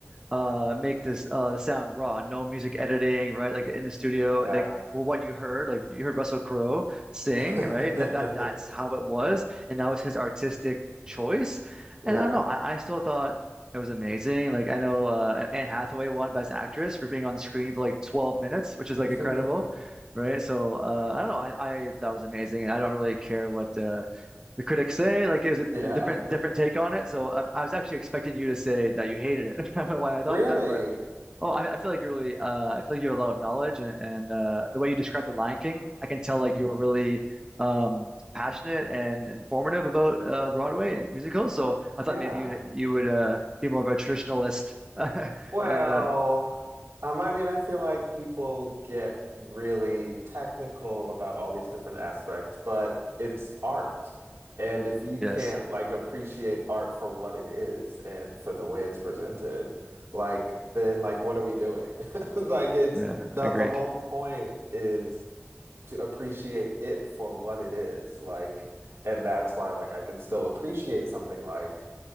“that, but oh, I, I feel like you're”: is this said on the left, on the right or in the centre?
Right